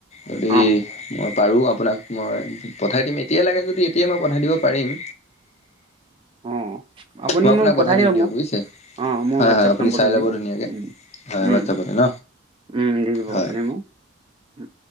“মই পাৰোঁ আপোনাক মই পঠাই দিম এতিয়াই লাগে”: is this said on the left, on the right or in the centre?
Left